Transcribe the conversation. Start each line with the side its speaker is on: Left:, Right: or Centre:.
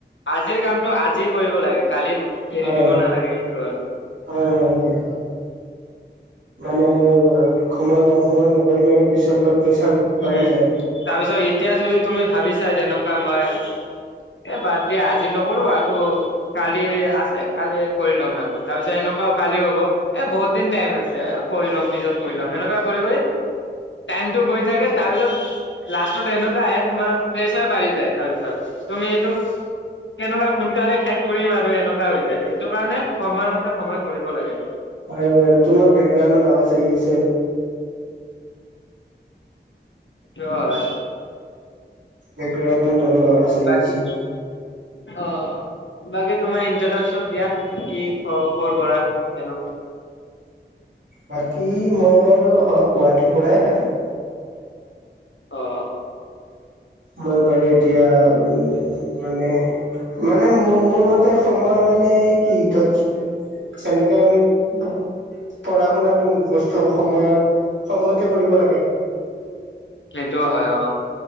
Left: আজিৰ কামটো আজি কৰিব লাগে। কালি এৰি
Right: হয়
Left: দিব নালাগে এইটো আৰু।
Right: হয় হয় হয়। মানে সময়ৰ কাম সময় নকৰিলে পিছলৈ প্ৰেছাৰ বাঢ়ি
Left: উম
Right: যায়।
Left: তাৰপিছত এই এতিয়া যদি তুমি ভাবিছা যেনেকুৱা মই এ বাদ দিয়া আজি নকৰো আকৌ কালি আছে কালি কৰি ল'ম আকৌ তাৰপিছত এনেকুৱাও কালি হ'ব এ বহুত দুদিন টাইম আছে ঐ কৰি ল'ম পিছত কৰিলম এনেকুৱা কৰি কৰি টাইমটো গৈ থাকে তাৰপিছত লাষ্টৰ এনেকুৱা আহে তোমাৰ প্ৰেছাৰ বাঢ়ি যায় তাৰপিছত তুমি এইটো এনেকুৱা সোনকালে শেষ কৰিম আৰু এনেকুৱা হৈ যায় এইটো কাৰণে সময় মতে সময় কৰিব লাগে।
Right: হয় বাৰু তোমাৰ বেকগ্ৰাউণ্ডত আৱাজ আহি আছে।
Left: সেইটো হয়
Right: ব্ৰেকগাউন্ড অলপ আৱাজ আহি
Left: বাকী
Right: আছে।
Left: অ' বাকী তোমাৰ ইন্ট্ৰোডাকচন দিয়া কি ক কৰ'পৰা কেনেকুৱা?
Right: বাকী মই বাৰু হয় গুৱাহাটীৰ পৰাই হয়।
Left: অ'।
Right: মই বাৰু এতিয়া উ মানে মানে মোৰ মোৰ মতে তাতে সময় মানে কি তই কি যেনেকে আমি পঢ়া শুনাটো বস্তু সময় সময়তে কৰিব লাগে।
Left: সেইটো হয় অ'।